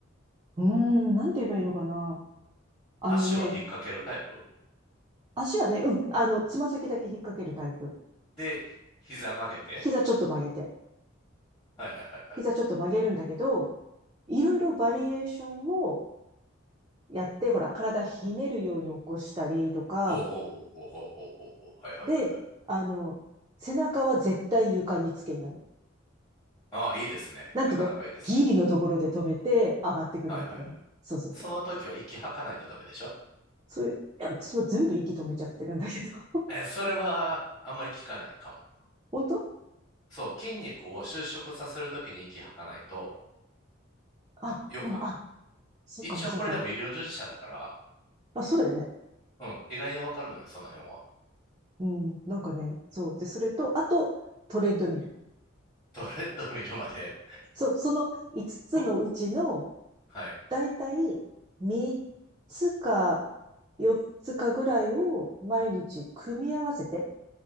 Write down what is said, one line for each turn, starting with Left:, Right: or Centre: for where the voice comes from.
Right: うーん、なんて言えばいいのかな。あのね、
Left: 足は引っ掛けるタイプ
Right: 足はね、うん、あの、つま先だけ引っ掛けるタイプ。
Left: で、ひ膝曲げて。
Right: 膝ちょっと曲げて。
Left: はいはいはいはい。
Right: 膝ちょっと曲げるんだけど、いろいろバリエーションをやって、ほら、体ひねるように起こしたりとか、
Left: おおおおおおおおおはいはいはいはい。
Right: で、あの、背中は絶対床につけない。
Left: ああ、いいですね。
Right: なんていうのギリのところで止めて上がってくるみたいな。
Left: なかなかいいですね。はいはいはい。
Right: そうそうそう。
Left: その時は息吐かないとダメでしょ
Right: そういう、いや、私も全部息止めちゃってるんだけど。<laughs>
Left: え、それはあんまり効かないかも。
Right: 本当
Left: そう、筋肉を収縮させるときに息吐かないと、
Right: あ、
Left: よく、
Right: でも、あ、そうかもそうかも。
Left: 一応これでも医療従事者だから、
Right: あ、そうだよね。
Left: うん、意外にわかるのよ、その辺は。
Right: うん、なんかね、そう。で、それと、あと、トレッドミル。
Left: <laughs> ドレッド見るまで。
Right: そう、その5つつのうちの、
Left: ふっ、はい。
Right: だいたい3つか4つかぐらいを毎日組み合わせて、